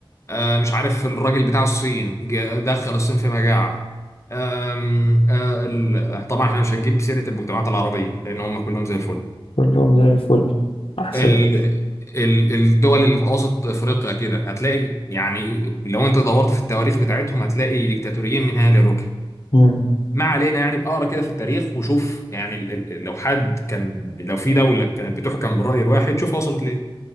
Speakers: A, on the left; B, on the left.
A: آه مش عارف الراجل بتاع الصين جه- دخل الصين في مجاعة آم، آه ال- طبعا احنا مش هنجيب سيرة المجتمعات العربية لأن هم كلهم زي الفل
B: كلهم زي الفل أحسن
A: ال
B: ناس
A: ال الدول اللي في أوسط أفريقيا كده هتلاقي يعني لو أنت دورت في التواريخ بتاعتهم هتلاقي ديكتاتوريين من هنا للركب
B: مم.
A: ما علينا يعني بقرا كده في التاريخ وشوف يعني ال- ال- لو حد كان لو في دوله كانت بتحكم بالراي الواحد شوف وصلت ليه